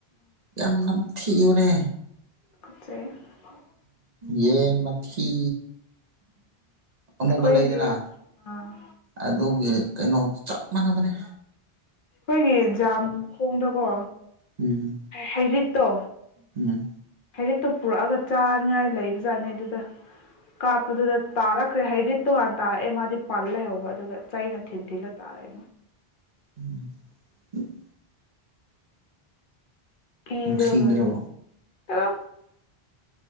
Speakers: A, on the right; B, on the left.
A: ꯌꯥꯝ ꯅꯝꯊꯤꯕꯅꯦ
B: ꯀꯠꯆꯩ <unintelligible>
A: ꯌꯦꯟ ꯃꯊꯤ ꯑꯃꯨꯕ
B: ꯑꯩꯈꯣꯏꯒꯤ
A: ꯂꯩꯗꯅ
B: ꯑꯥ
A: ꯑꯗꯨꯒꯤ ꯀꯩꯅꯣ ꯆꯞ ꯃꯥꯟꯕꯅꯦ
B: ꯑꯩꯈꯣꯏꯒꯤ ꯖꯥꯝ ꯈꯣꯡꯗꯀꯣ
A: ꯎꯝ
B: ꯍꯩꯔꯤꯠ ꯇꯣ
A: ꯎꯝ
B: ꯍꯔꯤꯠꯛꯇꯨ ꯄꯨꯔꯛꯑꯒ ꯆꯥꯅꯤꯉꯥꯏ ꯂꯩꯕ ꯖꯥꯠꯅꯤ ꯑꯗꯨꯗ ꯀꯥꯞꯄꯗꯨꯗ ꯇꯥꯔꯛꯈ꯭ꯔꯦ ꯍꯥꯏꯗꯤ ꯇꯣꯉꯥꯟ ꯇꯥꯔꯛꯑꯦ ꯃꯥꯗꯤ ꯄꯥꯜ ꯂꯩꯍꯧꯕ ꯑꯗꯨꯒ ꯆꯅ ꯊꯤꯟꯊꯤꯂ ꯇꯥꯔꯦ
A: ꯎꯝ
B: ꯏꯗ
A: ꯅꯨꯡꯁꯤꯗ꯭ꯔꯣ
B: ꯑꯣꯏ ꯑ